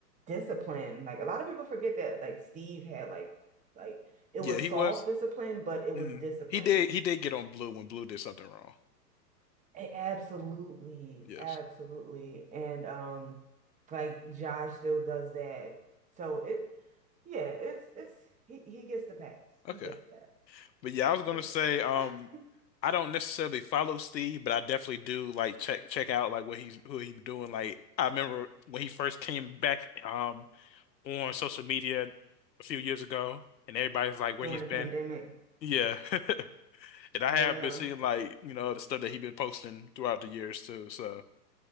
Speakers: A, on the right; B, on the left.
A: discipline. Like a lot of people forget that like Steve had like like it
B: Yeah,
A: was
B: he
A: soft
B: was.
A: discipline, but it
B: Mm,
A: was discipline.
B: He did. He did get on Blue when Blue did something wrong.
A: A- Absolutely,
B: yes.
A: absolutely. And um like Josh still does that. So it yeah, it's it's he he gets the pass.
B: Okay.
A: He gets the pass.
B: But yeah, I was gonna
A: Yeah.
B: say, um,
A: <laughs>
B: I don't necessarily follow Steve, but I definitely do like check check out like what he's who he's doing. Like I remember when he first came back um on social media a few years ago and everybody's like where
A: During
B: he's
A: the
B: been.
A: pandemic.
B: Yeah. <laughs> And I
A: Yeah.
B: have been seeing like, you know, the stuff that he's been posting throughout the years too. So